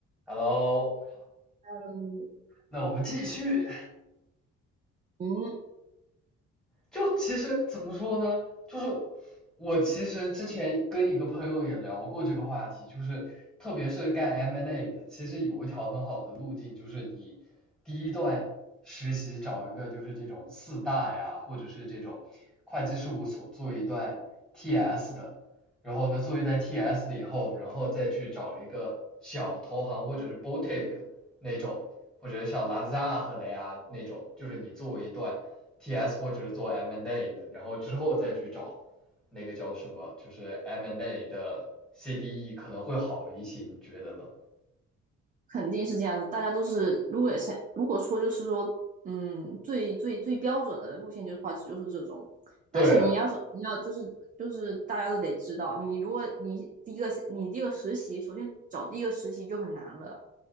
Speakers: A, in the centre; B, on the right.
A: Hello，
B: 嗯，
A: 那我们继续。
B: 嗯，
A: 就其实怎么说呢，就是我其实之前跟一个朋友也聊过这个话题，就是特别是干 M&A n d A 的，其实有一条很好的路径，就是你第一段实习找一个就是这种四大呀，或者是这种会计事务所做一段 TS 的，然后呢做一段 TS 的以后，然后再去找一个小投行或者是 boutique 那种，或者是像 Lazada 的呀那种，就是你做一段。TS 或者是做 M&A 的，然后之后再去找那个叫什么，就是 M&A 的 CDE 可能会好一些，你觉得呢？
B: 肯定是这样子。大家都是，如果想，如果说就是说，嗯，最最最标准的路线就是话，就是这种。
A: 对啊，
B: 但是你要说你要就是就是大家都得知道，你如果你第一个你第一个实习，首先找第一个实习就很难了。